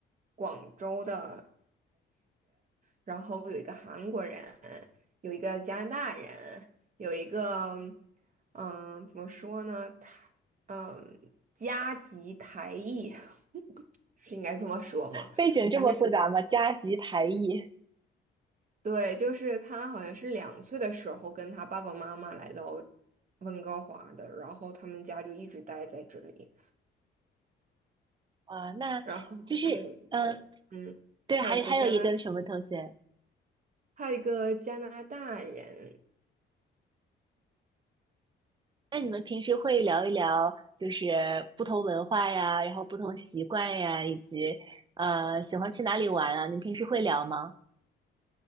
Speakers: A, on the right; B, on the right.
A: 广州的。然后有一个韩国人，有一个加拿大人，有一个，嗯，怎么说呢？他，嗯，加籍台裔 <laughs> 是应该这么说吗？
B: 背景这么复杂吗？
A: 反正
B: 加急台裔
A: 对，就是他好像是两岁的时候跟他爸爸妈妈来到温哥华的，然后他们家就一直待在这里。
B: 啊，那就是嗯，
A: 然后还有一个，嗯，
B: 对，
A: 还有一个加拿，
B: 还还有一个什么同学？
A: 还有一个加拿大人，
B: 那你们平时会聊一聊，就是不同文化呀，然后不同习惯呀，以及呃喜欢去哪里玩啊？你们平时会聊吗？